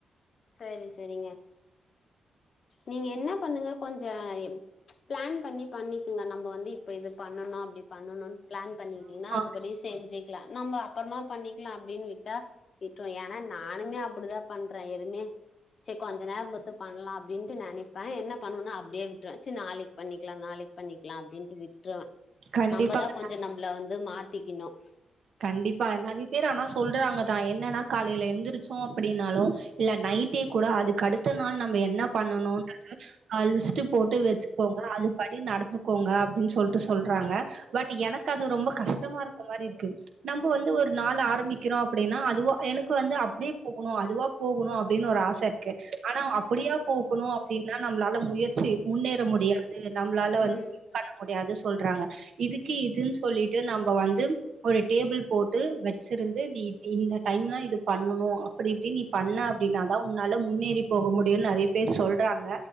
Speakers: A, on the left; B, on the right.
A: செரி செரிங்க நீங்க என்ன பண்ணுங்க கொஞ்சம் பிளான் பண்ணி பண்ணிக்கங்க நம்ம வந்து இப்ப இது பண்ணனும் அப்டி பண்ணணும் பிளான் பண்ணிட்டீன்னா
B: ஆ
A: அது படி செஞ்சிக்கலாம் நம்ம அப்புறமா பண்ணிக்கலாம் அப்டின்னு விட்டா விட்டோம் ஏன்னா நானுமே அப்டிதான் பண்றேன் எதுவுமே செரி கொஞ்ச நேரம் பொறுத்து பண்ணலாம் அப்டின்ட்டு நினைப்பேன் என்ன பண்ணும்னு அப்டியே விட்டுருவேன் நாளைக்கு பண்ணிக்கலாம் நாளைக்கு பண்ணிக்கலாம் அப்டின்ட்டு விட்டுருவேன்
B: கண்டிப்பாங்க
A: நம்ம தான் கொஞ்சம் நம்மளை வந்து மாத்திக்கணும்
B: கண்டிப்பா நெறய பேர் ஆனா சொல்றாங்க தான் என்னன்னா காலையில எழுந்திருச்சோம் அப்டின்னாலும் இல்ல நைட்டே கூட அதுக்கு அடுத்த நாள் நம்ம என்ன பண்ணனுன்றது போட்டு வச்சுக்கோங்க அது படி நடந்துக்கோங்க அப்டின்னு சொல்லிட்டு சொல்றாங்க பட் எனக்கு கா அது ரொம்ப கஷ்டமா இருக்கற மாரி இருக் க்கு நம்ப வந்து ஒரு நாள் ஆரம்பிக்கிறோ அப்டினா அதுவு எனக்கு வந்து அப்டியே போகணு அதுவா போகணு அப்டின் ஒரு ஆச இருக்கு ஆனா அப்டியா போகணு அப்டின்னா நம்மளால முயற்சி முன்னேற முடியாது நம்மளால வந்து
A: ம்
B: <inaudible> முடியாது சொல்றாங்க இதுக்கு இதுன் சொல்லிட்டு நம்ப வந்து ஒரு டேபிள் போட்டு வெச்சிருந்து நீ இப்டி இந்த டைம்ல இது பண்ணணு அப்டி இப்டின் இத் பண்ண அப்டின்னாதா உன்னால முன்னேறி போக முடியுன் நெறைய பேர் சொல்றாங்க